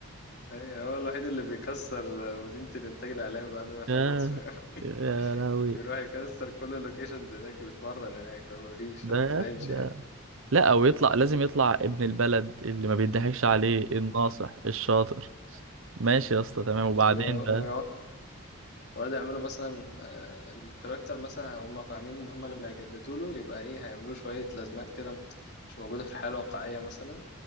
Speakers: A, on the left (about 50°); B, on the right (about 65°).
A: أي هو الوحيد اللي بيكسر مدينة الإنتاج الإعلامي بعد ما يخلص
B: يا
A: فاهم؟
B: يا
A: <laughs>
B: لهوي
A: بيروح يكسر كل اللوكيشنز هناك بيتمرن هناك ما فيش
B: ده
A: ما تفهمش
B: ده
A: يعني
B: لا او يطلع لازم يطلع ابن البلد اللي ما بيضحكش عليه الناصح الشاطر ماشي يا اسطى
A: مم.
B: تمام وبعدين
A: و-
B: ده
A: ويقعد ويقعدوا يعملوا مثلا آه، الكاركتر مثلا هم فاهمين ان هم لما يجددوا له يبقى ايه هيعملوا شوية لازمات كده مش موجودة في الحياة الواقعية مثلا